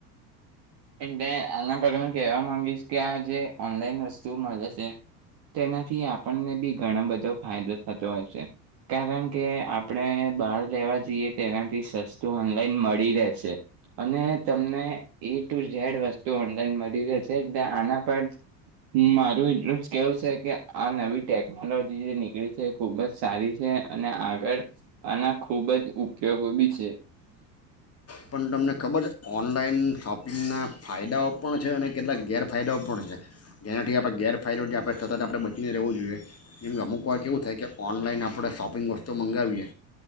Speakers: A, on the right; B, on the left.
A: એટલે આના પરગ હ કહેવા માંગીશ કે આ જે ઓનલાઈન વસ્તુ મળે છે, તેનાથી આપણને બી ઘણો બધો ફાયદો થતો હોય છે, કારણ કે આપણે બહાર લેવા જઈએ તેનાથી સસ્તું ઓનલાઈન મળી રહેશે, અને તમને એક ઝેડ વસ્તુ ઓનલાઈન મળી રહે છે એટલે આના પર, મારું એટલું જ કેવું છે કે આ નવી ટેકનોલોજી જે નીકળી છે ખૂબ જ સારી છે અને આગળ આના ખૂબ જ ઉપયોગો બી છે.
B: પણ તમને ખબર છે ઓનલાઈન શોપિંગના ફાયદાઓ પણ છે અને કેટલાક ગેરફાયદાઓ પણ છે, જેનાથી આપણે ગેરફાયદો જે આપણે સતત આપણે બચીને રહેવું જોઈએ, જેમ કે અમુક વાર એવું થાય કે ઓનલાઈન આપણે શોપિંગ વસ્તુઓ મંગાવીએ,